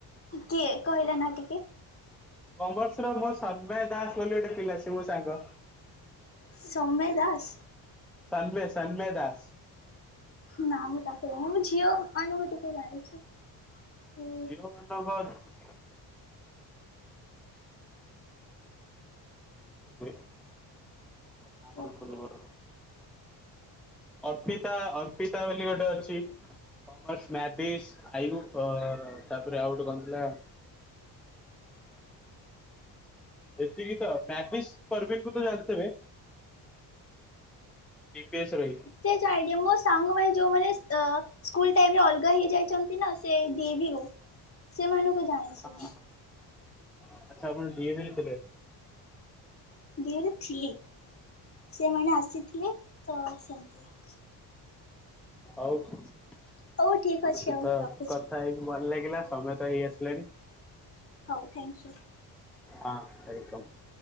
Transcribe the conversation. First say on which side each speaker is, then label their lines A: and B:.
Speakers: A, on the left (about 30°); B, in the centre.
A: କିଏ କହିଲା ନା ଟିକେ।
B: କମର୍ସ ର ମୋ ଶ୍ରମୟ ଦାସ ବୋଲି ଗୋଟେ ପିଲା ସେ ମୋ ସାଙ୍ଗ।
A: ସମୟ ଦାସ।
B: ସନ୍ମୟ ସନ୍ମୟ ଦାସ।
A: ନା ମୁଁ ତାକୁ ଜାଣ ମୁଁ ଝିଅ ମାନଙ୍କୁ ଟିକେ ଜାଣିଛି। ସେ
B: ଝିଅ ମାନଙ୍କ <unintelligible> ଆମର
A: ମୁଁ
B: ଗରିବ ଘର।
A: <inaudible>
B: ଅର୍ପିତା ଅର୍ପିତା ବୋଲି ଗୋଟେ ଅଛି, କମର୍ସ ମାଟିସ୍ ଆଇ ବୁକ୍ ତାପରେ ଆଉ ଗୋଟେ କଣଥିଲା। ଏତିକି ତ ମେଟିସ ପରବୀିନକୁ ତ ଜାଣିଥିବେ ଜି ପି ଏସ ରହି।
A: ସେ ଯାଇଡି ମୁଁ ସାଙ୍ଗ ମାନେ ଯୋଉ ମାନେ ତ ସ୍କୁଲ ଟାଇମରେ ଅଲଗା ହେଇଯାଇଛନ୍ତି ନା ସେ ଡି ଏ ଭି ସେମାନଙ୍କୁ ଜାଣିଛି
B: ହଁ
A: ମୁଁ।
B: ଆଚ୍ଛା ଆପଣ ଡି ଏ ଭି ରେ ଥିଲେ।
A: ଡି ଏ ଭି ରେ ଥିଲି ସେମାନେ ଆସିଥିଲେ ତ ସେମିତି।
B: ଆଉ ଆପଣଙ୍କ
A: ହଉ ଠିକ୍ ଅଛି
B: ସାଙ୍ଗେ
A: ଆଉ ରଖୁଛି
B: କଥା ହେଇ ଭଲ ଲାଗିଲା ସମୟ ତ ହେଇ ଆସିଲାଣି
A: ହଉ ଥ୍ୟାଙ୍କ ୟୁ।
B: ହଁ ୱେଲକମ୍।